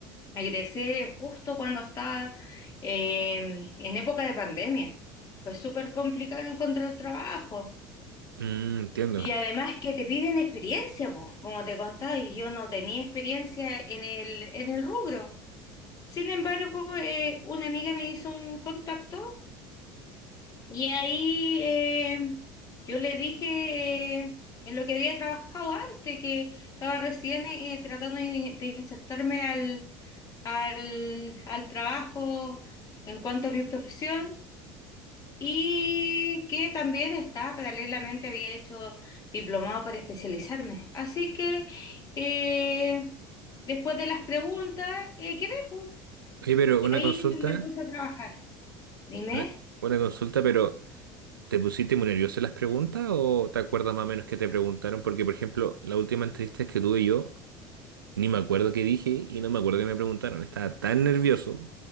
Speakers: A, on the left; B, on the right.
A: egresé justo cuando estaba eh, en época de pandemia. Fue súper complicado encontrar trabajo.
B: Mm, entiendo.
A: Y además que te piden experiencia, pues, como te contaba, y yo no tenía experiencia en el, en el rubro. Sin embargo, eh, una amiga me hizo un contacto y ahí eh, yo le dije eh, en lo que había trabajado antes, que estaba recién eh, eh, tratando de, de insertarme al, al, al trabajo en cuanto a mi profesión y que también está, paralelamente había hecho diplomado para especializarme. Así que eh, después de las preguntas, eh, quedé, pues,
B: Oye, pero
A: y
B: una
A: ahí
B: consulta,
A: me puse a trabajar. Dime.
B: una, una consulta, pero ¿te pusiste muy nervioso en las preguntas o te acuerdas más o menos que te preguntaron? Porque, por ejemplo, la última entrevista que tuve yo, ni me acuerdo qué dije y no me acuerdo qué me preguntaron. Estaba tan nervioso